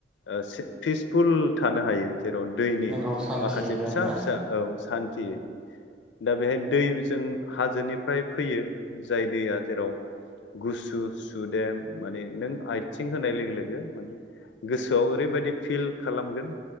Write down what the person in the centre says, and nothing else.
नंगौ सान्थि
होयो
आरोना